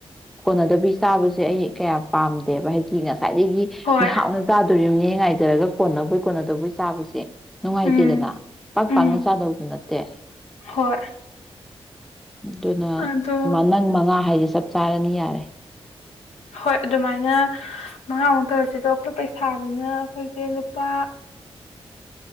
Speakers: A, in the centre; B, on the left.
A: ꯀꯣꯟꯅꯗꯕꯤ ꯆꯥꯕꯁꯦ ꯑꯩ ꯀꯌꯥꯝ ꯄꯥꯝꯗꯦꯕ ꯍꯥꯏꯗꯤ ꯉꯁꯥꯏ ꯉꯥꯏꯗꯒꯤ
B: ꯍꯣꯏ
A: ꯃꯤ ꯍꯥꯞꯅ ꯇꯥꯗꯣꯔꯤꯕꯦ ꯍꯌꯦ ꯉꯥꯏꯖꯔꯒ ꯀꯣꯟꯅꯕꯩ ꯀꯣꯟꯅꯗꯧꯕꯩ ꯆꯥꯕꯁꯦ ꯅꯨꯡꯉꯥꯏꯇꯦꯗꯅ
B: ꯎꯝ
A: ꯄꯥꯛ
B: ꯎꯝ
A: ꯄꯥꯛꯅ ꯆꯥꯗꯕꯗꯨ ꯅꯠꯇꯦ
B: ꯍꯣꯏ
A: ꯑꯗꯨꯅ
B: ꯑꯗꯣ
A: ꯅꯪ ꯃꯉꯥ ꯍꯥꯏꯗꯤꯦ ꯆꯞ ꯆꯥꯔꯅꯤ ꯌꯥꯔꯦ
B: ꯍꯣꯏ ꯑꯗꯨꯃꯥꯏꯅ ꯃꯉꯥꯃꯨꯛ ꯇꯧꯔꯁꯤ ꯑꯗꯣ ꯑꯩꯈꯣꯏ ꯄꯩꯁꯥꯗꯨꯅ ꯑꯩꯈꯣꯏꯁꯦ ꯂꯨꯄꯥ